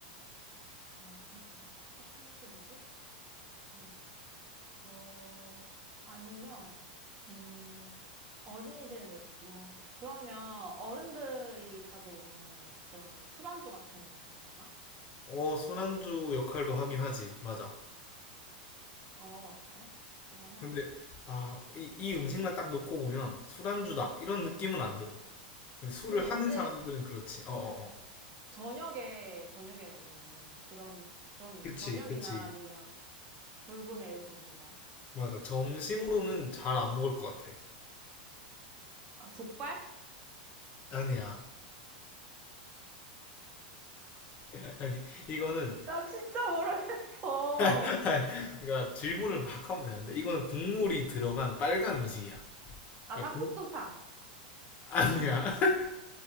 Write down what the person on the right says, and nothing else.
어, 좀 덜 맵고 한식이고 그리고 어 아니면 음 어린이들 맥, 뭐 그러면 어른들이 자주 먹는 그런 술안주 같은 그런 건가?
어 그래? 그러면
그
언제
저녁에 저녁에 많이 먹는 그런 그런 음식
저녁이나
아니면 불금에 이렇게 먹는 거야?
아 족발?
나 진짜 모르겠어.
아
닭볶음탕.